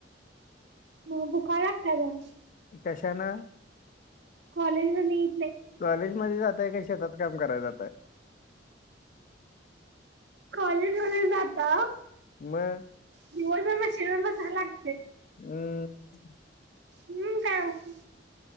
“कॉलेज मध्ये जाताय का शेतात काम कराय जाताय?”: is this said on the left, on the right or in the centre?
Left